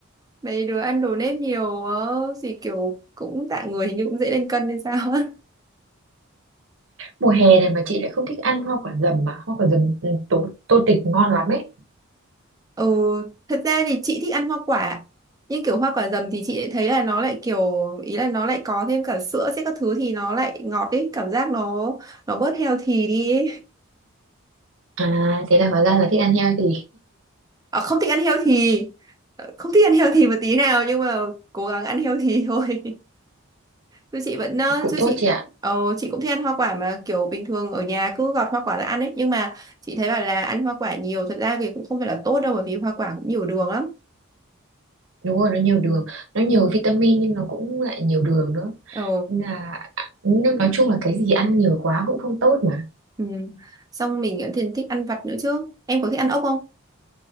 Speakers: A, on the right (about 20°); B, on the right (about 70°).
A: mấy đứa ăn đồ nếp nhiều quá. gì kiểu cũng dạng người hình như cũng dễ lên cân hay sao á
B: mùa hè này mà chị lại không thích ăn hoa quả dầm mà hoa quả dầm ừ, tô, tô tịch ngon lắm ấy
A: ừ thật ra thì chị thích ăn hoa quả nhưng kiểu hoa quả dầm thì chị lại thấy là nó lại kiểu ý là nó lại có thêm cả sữa sẽ các thứ thì nó lại ngọt ấy cảm giác nó nó bớt healthy đi ấy.
B: à thế là hóa ra là thích ăn heo thì
A: À, không thích ăn healthy Ờ, không thích ăn healthy một tí nào nhưng mà cố gắng ăn healthy <laughs> thôi Chú chị vẫn ờ,
B: cũng
A: chú
B: tốt
A: chị
B: chị
A: cũng-
B: ạ
A: ờ, chị cũng thích ăn hoa quả mà kiểu bình thường ở nhà cứ gọt hoa quả ra ăn ấy nhưng mà chị thấy bảo là ăn hoa quả nhiều thật ra thì cũng không phải là tốt đâu bởi vì hoa quả cũng nhiều đường lắm
B: đúng rồi nó nhiều đường nó nhiều
A: Ừ.
B: vitamin nhưng nó cũng lại nhiều đường nữa
A: ờ
B: Nên là nên nói chung là cái gì ăn nhiều quá cũng không tốt mà
A: ừ. xong mình cũng thì thích ăn vặt nữa chứ em có thích ăn ốc không